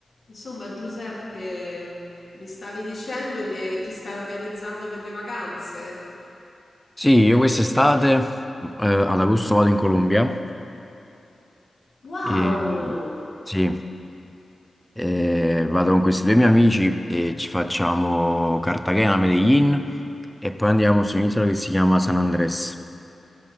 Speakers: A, on the left; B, in the centre.
A: Insomma, Giuseppe, mi stavi dicendo che ti stai organizzando per le vacanze?
B: Sì, io quest'estate eh, ad agosto vado in Colombia
A: Wow!
B: e sì, eh, vado con questi due miei amici e ci facciamo Cartagena, Medellin e poi andiamo su un'isola che si chiama San Andrés.